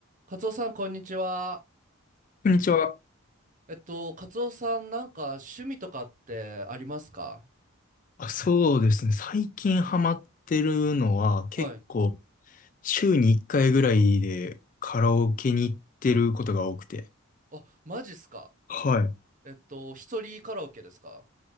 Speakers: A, on the right (about 35°); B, on the left (about 35°).
A: カツオさん、こんにちは。
B: こんにちは。
A: えっと、カツオさん、なんか趣味とかってありますか
B: あ、そうですね。最近ハマってるのは結構
A: はい。
B: 週に1回ぐらいでカラオケに行ってることが多くて。
A: あ、マジっすか。
B: はい。
A: えっと、一人カラオケですか